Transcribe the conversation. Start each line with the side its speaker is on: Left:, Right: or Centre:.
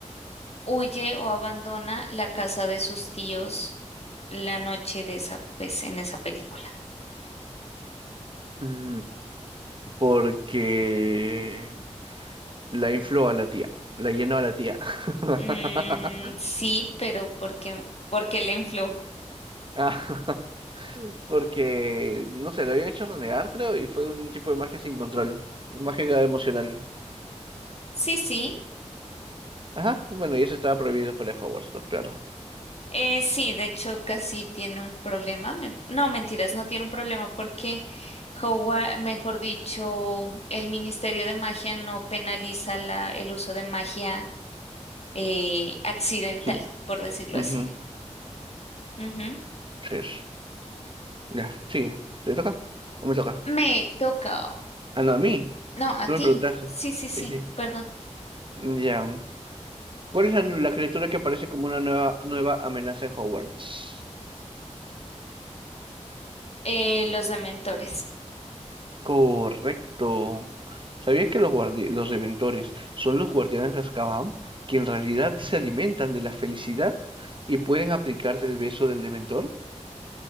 Left: huye o abandona la casa de sus tíos la noche de esa, pues, en esa película?
Right: Mm, Porque la infló a la tía, la llenó a la tía. <laughs>
Left: Mm, sí, pero porque, porque le infló.
Right: <laughs> porque, no sé, lo habían hecho renegar, creo, y fue un tipo de magia sin control, magia emocional.
Left: Sí, sí.
Right: Ajá, bueno, y eso estaba prohibido fuera de Hogwarts, pues, claro.
Left: Eh, sí, de hecho casi tiene un problema. me- No, mentiras, no tiene un problema porque Howard, mejor dicho, el Ministerio de Magia no penaliza la, el uso de magia eh, accidental,
Right: Sí,
Left: por decirlo
Right: ujú,
Left: así. Ujú.
Right: sí es. Ya, sigue. ¿Te toca? ¿O me toca?
Left: Me toca.
Right: Ah, no, a mí.
Left: No, a
Right: Tú
Left: ti.
Right: me preguntaste.
Left: Sí, sí, sí,
Right: Sí, sí.
Left: perdón.
Right: Ya. ¿Cuál es la la criatura que aparece como una nueva, nueva amenaza en Hogwarts?
Left: Eh, los dementores.
Right: Correcto. ¿Sabías que los guardi- los Dementores son los guardianes de Azkaban, que en realidad se alimentan de la felicidad y pueden aplicarte el beso del Dementor?